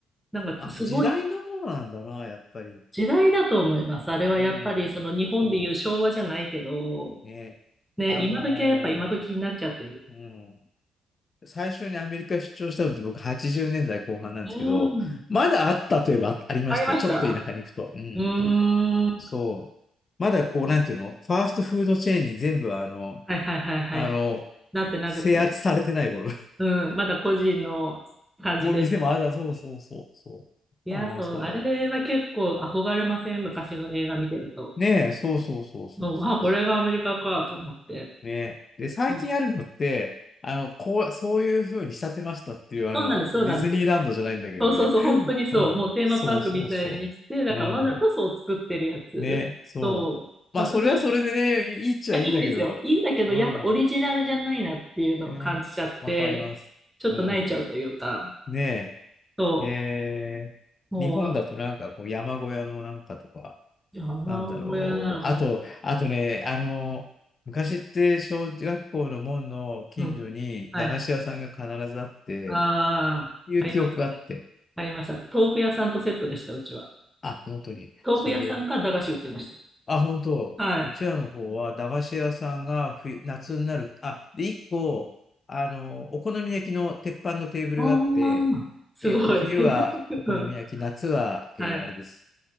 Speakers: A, in the centre; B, on the left.
A: なんかすごい
B: ーあ、時代のものなんだな、やっぱり。
A: 時代だと思います。あれはやっぱりその日本でいう昭和じゃないけど、
B: うん、そうね。
A: ね、
B: あの
A: 今時はやっぱ今時になっちゃってる。
B: ーうん。最初にアメリカ出張したのって僕80年代後半なんですけど、
A: うん。
B: まだあったといえばあありました。
A: ありました
B: ちょっと田舎に行くと。うん。
A: うーん。
B: そう。まだこう、なんていうのファーストフードチェーンに全部あの、
A: はいはいはいはい。
B: あの、
A: なってなくて。
B: 制圧されてない頃。
A: うん。まだ個人の感じでってことですね。
B: <laughs> もう店もあだ、そうそうそう、そう。
A: いや、
B: ああ、
A: そう。
B: そういえば。
A: あれは結構憧れません昔の映画見てると。
B: ねえ、そうそうそうそうそうそ
A: もう、あ、これがアメリカかと思って。
B: うねえ。で、最近あるのって、
A: うん。
B: あの、こう、そういう風に仕立てましたっていう、あの、
A: そうなんです、そうなんです。
B: ディズニーランドじゃないんだけどね。
A: そうそうそう。本当にそう。
B: <laughs> うん、
A: もうテーマパークみたいにして、
B: そうそうそう。
A: だからわざとそう作ってるやつ。
B: うん。ね、そう。
A: そう。
B: まあ、
A: 私、
B: それはそれでね、
A: い
B: いいっちゃいいんだけど。
A: や、いいんですよ。いいんだけど、
B: うん。
A: やっぱオリジナルじゃないなっていうのを感じちゃって、
B: ね、わかります。
A: ちょっと泣いちゃうというか。
B: うん。ね
A: そう。
B: え、えー、
A: もう、
B: 日本だとなんかこう山小屋のなんかとか、
A: なんか、山小屋なのかな。
B: なんだろう。あと、あとね、あの、昔って小学校の門の近所に駄菓子屋さんが必ずあって、
A: うん。はい。ああ、
B: いう記憶があって。
A: ありましたね。ありました。豆腐屋さんとセットでした、うちは。
B: あ、本当に。
A: 豆腐屋さんが駄菓子売ってまし
B: それで、あ、本当、
A: た。はい。
B: うちらの方は駄菓子屋さんが冬、夏になる。あ、で、一個、あの、お好み焼きの鉄板のテーブルがあって、
A: ああ、すごい。
B: えっと、冬はお好み焼き、
A: <laughs> うん。
B: 夏は、えーあれです。
A: はい。